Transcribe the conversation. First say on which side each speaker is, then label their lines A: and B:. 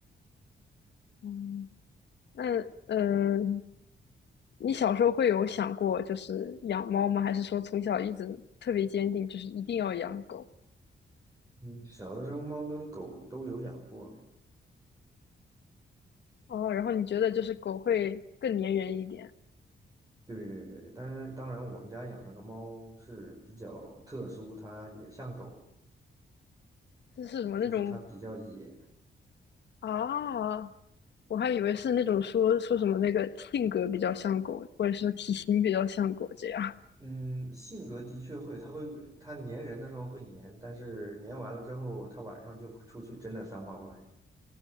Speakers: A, on the left; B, on the right.
A: 嗯，那呃，你小时候会有想过就是养猫吗？还是说从小一直特别坚定，就是一定要养狗？
B: 嗯，小的时候猫跟狗都有养过，
A: 哦，然后你觉得就是狗会更粘人一点，
B: 对对对，当然当然，我们家养那个猫是比较特殊，它也像狗，
A: 这是什么那种
B: 就是它比较野。
A: 啊？我还以为是那种说说什么那个性格比较像狗，或者说体型比较像狗这样
B: 嗯，性格的确会，它会它粘人的时候会粘，但是粘完了之后，它晚上就出去真的当猫了，